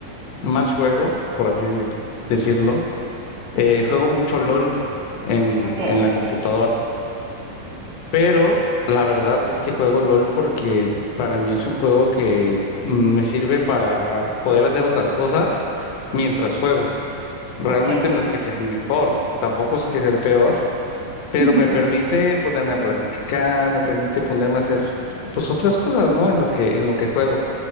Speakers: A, on the left; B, on the right.
A: más juego, por así decir- decirlo, Eh, juego mucho LOL en,
B: Ok,
A: en la computadora, pero la verdad es que juego LOL porque para mí es un juego que mm, me sirve para poder hacer otras cosas mientras juego. Realmente
B: ok,
A: no es que sea el mejor, tampoco es que sea el peor, pero
B: <laughs>
A: me permite ponerme a platicar, me permite ponerme a hacer pues otras cosas, ¿no? En lo que, en lo que juego.